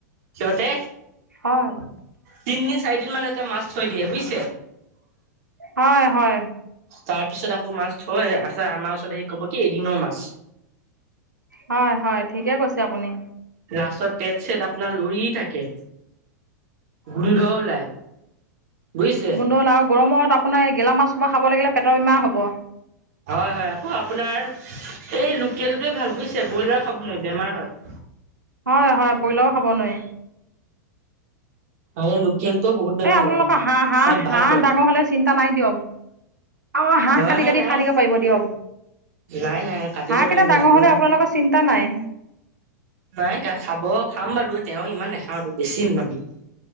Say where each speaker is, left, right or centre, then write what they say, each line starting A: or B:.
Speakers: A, on the right (about 50°); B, on the right (about 80°).
A: সিহঁতে
B: হয়।
A: তিদিন চাৰিদিন মানহ মাছ থৈ দিয়ে বুজিচা।
B: হয়, হয়।
A: তাৰপিছত আকৌ মাছ থয় তপাছত আমাৰ ওচৰত হেৰি ক'ব কি এদিনৰ মাছ।
B: হয়, হয় ঠিকে কৈছে আপুনি।
A: ৰাস্তাত তেট ছেট আপোনাৰ লৰি থাকে গোন্ধ ওলাই। বুজিছে
B: গোন্ধ ওলাই আৰু গৰমত আপোনাৰ এই গেলা মাছসো খাব লাগিলে বেমাৰ হ'ব।
A: হয়, হয় আকৌ আপোনাৰ এই লোকেলটোৱে ভাল বুজিছে ব্ৰইলাৰ খাবলৈৱাৰি বেমাৰ হয়।
B: হয়, হয় ব্ৰইলাৰো খাব নোৱাৰি।
A: হল। খেলতো বহুত। বেমাৰ
B: এই আপোনালোকৰ
A: কৰে
B: হাঁহ, হাঁহ,
A: মানে ভাল
B: হাঁহ
A: কৰে
B: ডাঙৰ হ'লে। চিন্তা নাই দিয়ক আৰু হাঁহ
A: হয়
B: কাটি
A: হয়
B: কাটি
A: নাই
B: খাই থাকিব পাৰিব দিয়ক।
A: নাই নাই কাটিব
B: হাঁহ
A: নোৱাৰিম
B: এটা ডাঙৰ
A: আপোনাৰ
B: হ'লে আপোনালোকৰ চিন্তা নাই।
A: নাই খাব খাম বাৰু তেওঁ ইমান নাখাওঁ আৰু বেছি <unintelligible>